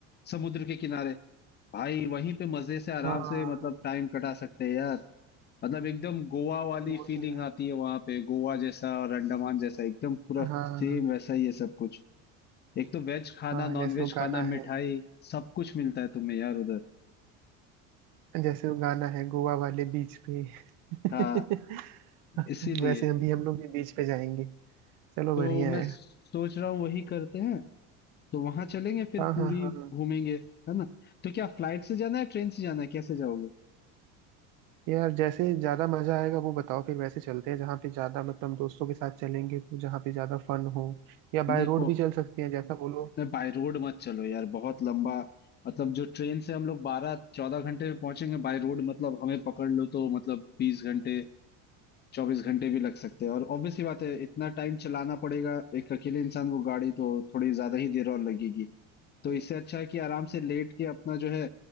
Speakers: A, on the left; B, on the right.
A: समुद्र के किनारे भाई वहीं पे मजे से आराम
B: हाँ
A: से मतलब टाइम कटा सकते हैं यार मतलब एकदम गोवा वाली
B: वो
A: फीलिंग
B: तो यार
A: आती है वहां पे गोवा जैसा और अंडमान जैसा एकदम पूरा
B: हाँ
A: सेम वैसा ही है सब कुछ एक तो वेज खाना
B: हाँ
A: नॉन
B: जैसे
A: वेज
B: वो
A: खाना
B: गाना
A: मिठाई
B: है
A: सब कुछ मिलता है तुम्हें यार उधर
B: जैसे वो गाना है गोवा वाले बीच पे <laughs>
A: हाँ इसीलिए
B: वैसे हम भी हम लोग भी बीच पे जाएंगे चलो
A: तो
B: बढ़िया
A: मैं
B: है
A: सोच रहा हूँ वही करते हैं तो वहां चलेंगे फिर
B: हाँ
A: पूरी
B: हाँ हाँ हाँ
A: घूमेंगे है ना तो क्या फ्लाइट से जाना है ट्रेन से जाना है कैसे जाओगे
B: यार जैसे ज्यादा मजा आएगा वो बताओ फिर वैसे चलते हैं जहाँ पे ज्यादा मतलब दोस्तों के साथ चलेंगे तो जहाँ पे ज्यादा फन हो या बाय
A: देखो
B: रोड भी चल सकते हैं जैसा बोलो
A: नहीं बाय रोड मत चलो यार बहुत लंबा मतलब जो ट्रेन से हम लोग बारह चौदह घंटे में पहुंचेंगे बाय रोड मतलब हमें पकड़ लो तो मतलब बीस घंटे चौबीस घंटे भी लग सकते हैं और ऑब्वियस सी बात है इतना टाइम चलाना पड़ेगा एक अकेले इंसान को गाड़ी तो थोड़ी ज्यादा ही देर और लगेगी तो इससे अच्छा है कि आराम से लेट के अपना जो है